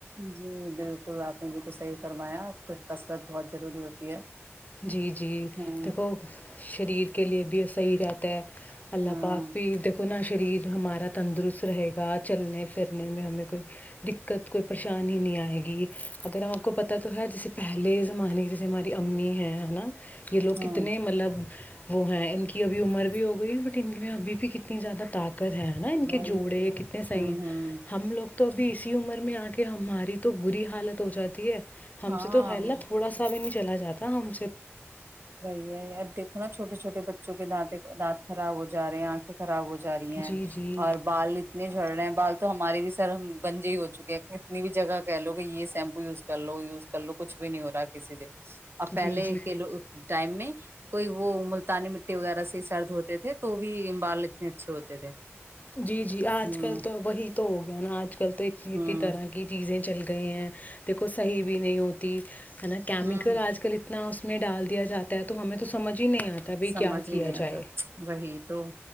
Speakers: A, on the right; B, on the left.
A: جی بالکل آپ نے بالکل صحیح فرمایا آپ کی کثرت بہت ضروری ہوتی ہے
B: جی جی
A: ہوں
B: دیکھو شریر کے لیے بھی صحیح رہتا ہے اللہ
A: ہاں
B: پاک بھی دیکھو نا شریر جو ہمارا تندرست رہے گا چلنے پھرنے میں ہمیں کوئی دقت کوئی پریشانی ہی نہیں آئے گی اگر ہم آپ کو پتا تو ہے جس پہلے زمانے کی جیسے ہماری امی ہیں ہے نا یہ لوگ
A: ہاں
B: کتنے مطلب وہ ہیں ان کی ابھی عمر بھی ہو گئی ہے بٹ ان کی ابھی بھی کتنی زیادہ تاق نا ان
A: وہی
B: کے جوڑے
A: تو
B: یہ
A: ہوں
B: کتنے سح
A: ہوں
B: ہم لوگ تو ابھی اس عمر میں آ کے ہماری تو بری حالت ہو جاتی ہے ہم
A: ہاں
B: سے تو ہےلا تھوڑا سا بھی نہیں چلا جاتا تم
A: وہی ہے ا دیکھوناا چھٹے چھوٹے بچوں کے دانتیں دانت خراب ہوا رہے ہیں آنکھیں خراب ہو ج جا رہی
B: جی
A: ہیں
B: جی
A: اور بال اتنے جڑ رہے ہیں بال تو ہمارے بھی سر گنجے ہی ہو چکے ہے کتنی بھی جگہ کہہ لو کہ یہ شیمپو یوز کر لو یوز کر لو کچھ بھی نہیں ہو رہا ہے کسی سے اور پہلے
B: جی جی
A: کے لو ٹائم میں۔ کوئی وہ ملتانی مٹی وغیرہ سے۔ سرد ہوتے تھے تو۔ بھی بال اتنے اچھے ہوتے تھے۔
B: جی جی آج
A: ہوں
B: کل تو وہی تو ہو گیا نا آج کل تو اتنی
A: ہوں
B: اتنی طرح کی چیزیں چلی۔ گیی ہیں دیکھو صحیح بھی نہیں ہوتی۔ ہے نا کیمیکل
A: ہوں
B: آج کل اتنا اس۔ میں ڈال دیا جاتا ہے تو ہمیں تو سمجھ۔ ہی نہیں آتا بھائی
A: سمجھ
B: کیا کیا
A: ہی نہیں
B: جائے
A: آتا وہی تو۔